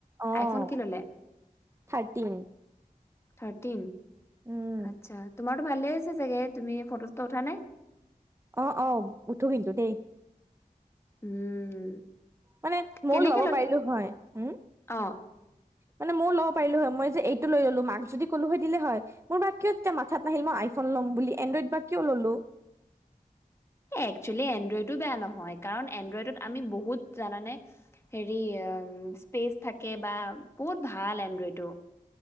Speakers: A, on the right; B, on the left.
A: আহ,
B: আইফোন কি ল'লে?
A: থাৰ্টিন।
B: থাৰটিন?
A: উম,
B: আচছা, তোমাৰতটো ভালে আছে চাগে, তুমি ফটো-চটো উঠা নে?
A: অ', অ', উঠো কিন্তু দেই
B: উম।
A: মানে,
B: কেনেকে
A: ময়ো ল'ব
B: লৈ
A: পাৰিলো হয়, উম।
B: অ
A: মানে ময় ল'ব পাৰিলো হয়, মই যে এইটো লৈ ল'লো, মাক যদি ক'লো হয় দিলে হয়, মোৰ কিয় তেতিয়া মাথাত নাহিল মই আইফোন বুলি, এনড্ৰ'ইড বা কিয় ল'লো।
B: এক্সোৱেলি এনড্ৰইডো বেয়া নহয়, কাৰণ এনড্ৰইডত আমি বহুত জানানে, হেৰি স্পেচ থাকে, বা বহুত ভাল এনড্ৰইটো।